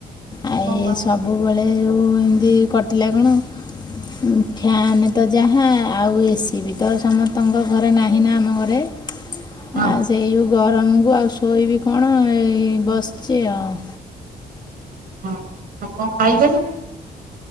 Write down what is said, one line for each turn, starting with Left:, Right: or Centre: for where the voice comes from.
Right: ହଁ
Left: ଆ ଇଏ
Right: ବା
Left: ସବୁବେଳେ ଯୋଉଁ ଏମତି କଟିଲା କଣ ଉଁ ଫ୍ୟାନେ ତ ଯାହା ଆଉ ଏସି ବି ତ ସମତଙ୍କ ଘରେ ନାହିଁ ନା ଆମ ଘରେ।
Right: ଅଁ
Left: ଆଉ ସେଇ ଯୋଉ ଗରମୁକୁ ଆଉ ଶୋଇବି କଣ ଏଇ ବସିଚି ଆଉ।
Right: ହଁ ଆଉ କଁ ଖାଇଥେନୁ?